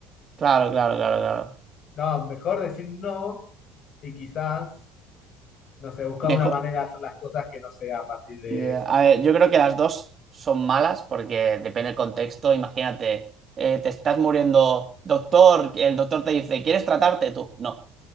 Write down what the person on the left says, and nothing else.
No, mejor decir no y quizás, no sé, buscar
una manera de hacer las cosas que no sea a partir de
eso.